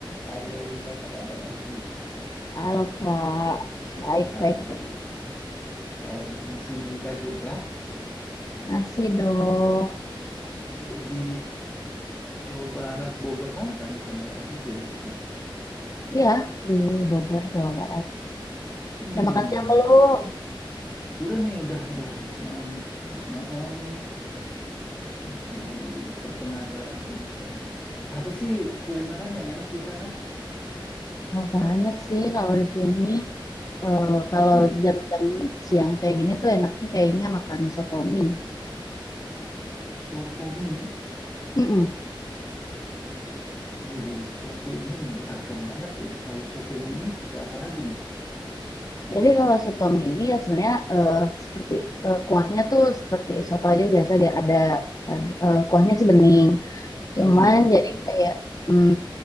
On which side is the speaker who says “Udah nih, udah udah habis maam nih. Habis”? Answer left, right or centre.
Left